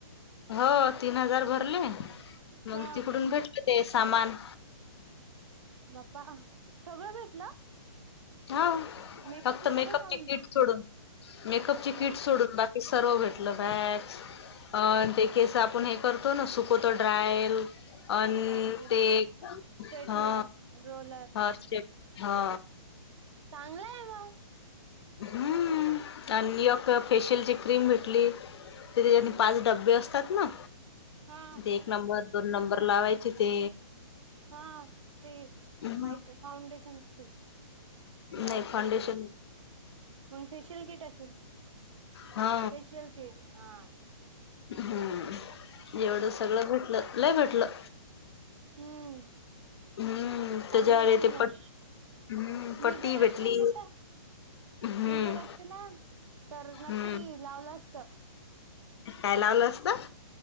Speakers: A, on the left; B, on the right.
A: हो तीन हजार भरले मग,
B: हा
A: तिकडून भेटत ते सामान.
B: बाप्पा, सगळं भेटलं?
A: हा
B: मेकअपच
A: फक्त
B: सगळं
A: मेकअपची
B: सामान
A: किट सोडून, मेकअपची
B: अच्छा
A: किट सोडून बाकी. सर्व भेटलं बॅग्स. अ ते केस आपण हे करतो ना सुकवतो ड्रायल. अन
B: बापरे
A: ते
B: स्ट्रेटनर
A: हा,
B: रोलर
A: हॉर्सस्टेप हा.
B: चांगलं ये म
A: हम्म आणि यक फेशियलची क्रीम भेटली. ते तेच्या पाच डबे असतात ना,
B: हा
A: ते एक नंबर दोन नंबर लावायचे ते.
B: हा ते
A: हम्म
B: व्हाईट फाउंडेशन तेच. ते असतय
A: नाही फाउंडेशन
B: काय पण. मग फेशियल किट असेल,
A: हा
B: फेशियल किट. हा.
A: हम्म एवढं सगळं भेटलं, लय भेटलं.
B: हम्म.
A: हम्म त्याच्यावर
B: चांगलंय
A: ते
B: मग,
A: पट हम्म
B: मी
A: पट्टी
B: जर असतीन
A: भेटली
B: तिथं.
A: हम्म
B: मी जर असते ना तर नक्की
A: हम्म
B: लावलं असत.
A: काय लावलं असतं.